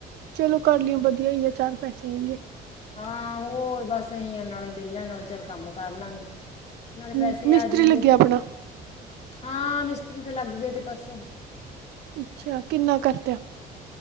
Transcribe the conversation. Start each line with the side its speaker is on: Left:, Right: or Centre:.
Right: ਚਲੋ ਕਰ ਲਿਓ ਵਧੀਆ ਹੀ ਆ, ਚਾਰ ਪੈਸੇ ਆਇੰਗੇਂ।
Left: ਹਾਂ, ਹੋਰ ਬਸ ਐਂਈ ਆ ਨਾਲੇ, ਵਿਹਲੇ ਆ ਨਾਲੇ ਚੱਲ ਕੰਮ ਕਰ ਲਾਂਗੇ। ਨਾਲੇ ਪੈਸੇ
Right: ਹੂੰ ਮਿਸਤਰੀ
Left: ਆ ਜੇਂਗੇ,
Right: ਲੱਗਿਆ ਆਪਣਾ
Left: ਹਾਂ ਮਿਸਤਰੀ ਤੇ ਲੱਗ ਗਏ ਥੇ ਪਰਸੋਂ।
Right: ਅੱਛਾ, ਕਿੰਨਾ ਕਰਤਿਆ।